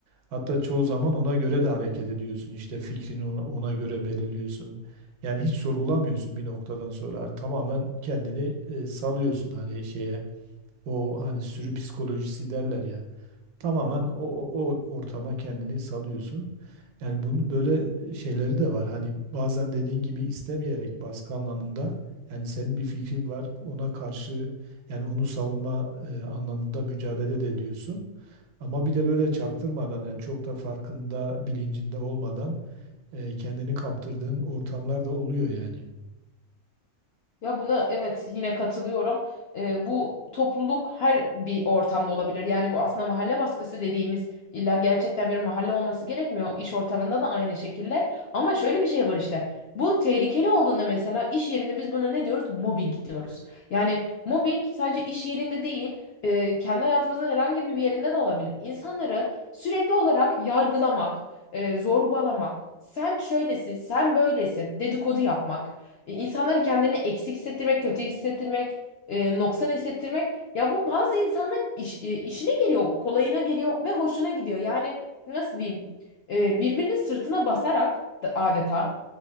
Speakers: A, on the right (about 90°); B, on the left (about 70°).
A: Hatta çoğu zaman ona göre de hareket ediyorsun. İşte fikrini ona, ona göre belirliyorsun. Yani hiç sorgulamıyorsun bir noktadan sonra tamamen kendini e, salıyorsun hani şeye. O hani sürü psikolojisi derler ya. Tamamen o, o, o ortama kendini salıyorsun. Yani bunun böyle şeyleri de var. Hani bazen dediğin gibi istemeyerek baskı anlamında yani senin bir fikrin var ona karşı yani onu savunma e, anlamında mücadele de ediyorsun. Ama bir de böyle çaktırmadan yani çok da farkında bilincinde olmadan e, kendini kaptırdığın ortamlar da oluyor yani.
B: Ya buna evet yine katılıyorum. Ee, bu topluluk her bir ortamda olabilir. Yani bu aslında mahalle baskısı dediğimiz illa gerçekten bir mahalle olması gerekmiyor. İş ortamında da aynı şekilde. Ama şöyle bir şey var işte. Bu tehlikeli olduğunda mesela iş yerinde biz buna ne diyoruz? Mobbing diyoruz. Yani mobbing sadece iş yerinde değil, e, kendi hayatımızın herhangi bir yerinde de olabilir. İnsanları sürekli olarak yargılamak, e, zorbalamak, sen şöylesin, sen böylesin, dedikodu yapmak. E, İnsanları kendini eksik hissettirmek, kötü hissettirmek, e, noksan hissettirmek. Ya bu bazı insanların iş- e, işine geliyor, kolayına geliyor ve hoşuna gidiyor. Yani nasıl diyeyim? E, birbirinin sırtına basarak da- adeta